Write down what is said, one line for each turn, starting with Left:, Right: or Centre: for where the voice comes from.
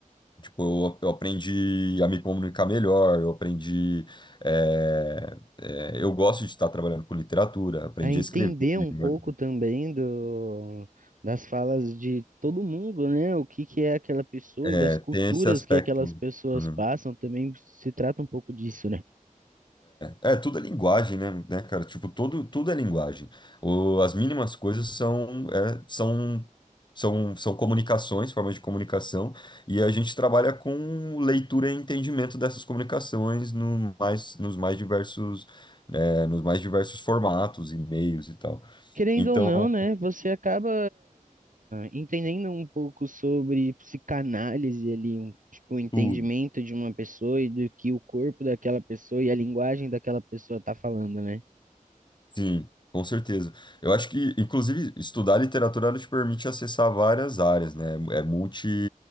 Left: Tipo, eu, eu aprendi a me comunicar melhor, eu aprendi. eh, eh, eu gosto de estar trabalhando com literatura, aprendi
Right: A entender
Left: a escrever
Right: um
Left: melhor.
Right: pouco também do, das falas de todo mundo, né? O que que é aquela pessoa
Left: É,
Right: e das culturas
Left: tem esse aspecto.
Right: que aquelas pessoas
Left: né?
Right: passam também se trata um pouco disso, né?
Left: É, tudo é linguagem, né, né, cara? Tipo, todo, tudo é linguagem. O, as mínimas coisas são, é, são, são, são comunicações, formas de comunicação, e a gente trabalha com leitura e entendimento dessas comunicações no mais, nos mais diversos, né, nos mais diversos formatos, e-mails e tal.
Right: Querendo
Left: Então,
Right: ou não, né? Você acaba entendendo um pouco sobre psicanálise ali, um tipo, o entendimento
Left: tudo.
Right: de uma pessoa e do que o corpo daquela pessoa e a linguagem daquela pessoa tá falando, né?
Left: Sim, com certeza. Eu acho que, inclusive, estudar literatura ela te permite acessar várias áreas, né? É multi.